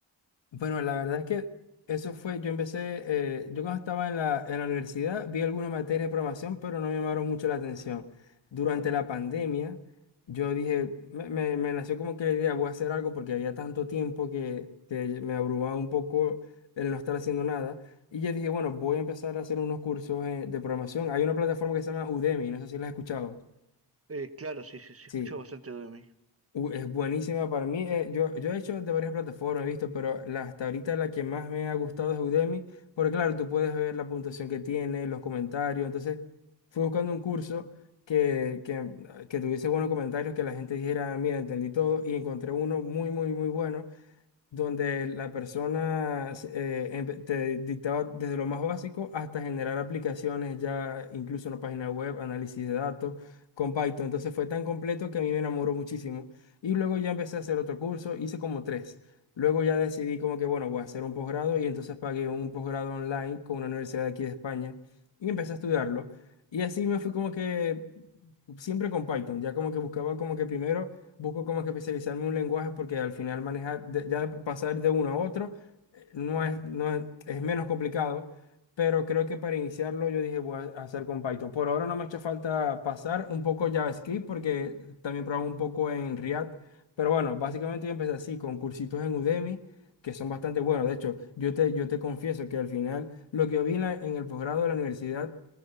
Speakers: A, on the left; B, on the right.
A: Bueno, la verdad es que eso fue, yo empecé, eh, yo cuando estaba en la, en la universidad vi alguna materia de programación, pero no me llamaron mucho la atención. Durante la pandemia, yo dije, me, me- me nació como que la idea, voy a hacer algo porque había tanto tiempo que, que me abrumaba un poco el no estar haciendo nada. Y yo dije, bueno, voy a empezar a hacer unos cursos eh, de programación. Hay una plataforma que se llama Udemy, no sé si la has escuchado.
B: Eh, claro, sí, sí, sí,
A: Sí.
B: escucho bastante de mí.
A: Uh, es buenísima para mí. eh, yo, yo he hecho de varias plataformas, he visto, pero la, hasta ahorita la que más me ha gustado es Udemy, porque claro, tú puedes ver la puntuación que tiene, los comentarios. Entonces, fui buscando un curso que, que, que tuviese buenos comentarios, que la gente dijera, mira, entendí todo, y encontré uno muy, muy, muy bueno donde la persona eh, empe- te dictaba desde lo más básico hasta generar aplicaciones, ya incluso una página web, análisis de datos con Python. Entonces fue tan completo que a mí me enamoró muchísimo. Y luego ya empecé a hacer otro curso, hice como tres. Luego ya decidí como que, bueno, voy a hacer un posgrado y entonces pagué un posgrado online con una universidad de aquí de España y empecé a estudiarlo. Y así me fui como que siempre con Python, ya como que buscaba como que primero busco como que especializarme en un lenguaje porque al final manejar, de- ya pasar de uno a otro, eh, no es, no es, es menos complicado, pero creo que para iniciarlo yo dije voy a hacer con Python. Por ahora no me ha hecho falta pasar un poco JavaScript porque también probaba un poco en React, pero bueno, básicamente yo empecé así, con cursitos en Udemy. que son bastante buenos. De hecho, yo te, yo te confieso que al final lo que yo vi en la- en el posgrado de la universidad